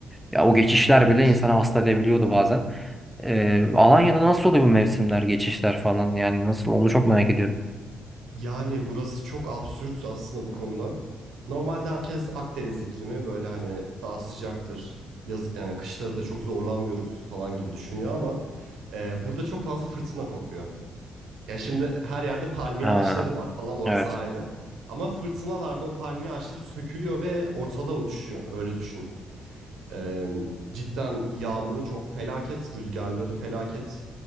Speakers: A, in the centre; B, on the right.
A: Ya o geçişler
B: Evet.
A: bile insanı hasta edebiliyordu bazen. Ee, Alanya'da nasıl oluyor bu mevsimler, geçişler falan? Yani nasıl? Onu çok merak ediyorum.
B: Yani burası çok absürt aslında bu konuda. Normalde herkes Akdeniz iklimi böyle hani daha sıcaktır. Yaz, yani kışları da çok zorlanmıyoruz falan gibi düşünüyor ama e, burada çok fazla fırtına kopuyor. Ya şimdi her yerde palmiye
A: Ha,
B: ağaçları var falan orası
A: evet.
B: ayrı. Ama fırtınalarda o palmiye ağaçları sökülüyor ve ortalığa uçuşuyor öyle düşün. Ee, cidden yağmuru çok felaket, rüzgarları felaket.